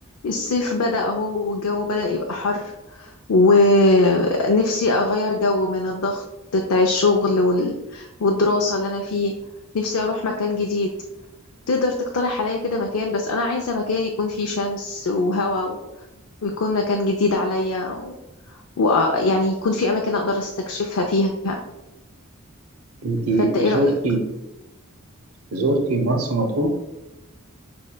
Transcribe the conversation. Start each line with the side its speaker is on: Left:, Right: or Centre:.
Left: الصيف بدأ اهو والجو بدأ يبقى حر ونفسي أغير جو من الضغط بتاع الشغل وال... والدراسة اللي أنا فيه نفسي أروح مكان جديد تقدر تقترح عليا كده مكان بس أنا عايزة مكان يكون فيه شمس وهواء و- ويكون مكان جديد عليا ويعني يكون فيه أماكن أقدر استكشفها فيها
Right: انت
Left: فأنت إيه رأيك؟
Right: زرتي زرتي مرسى مطروح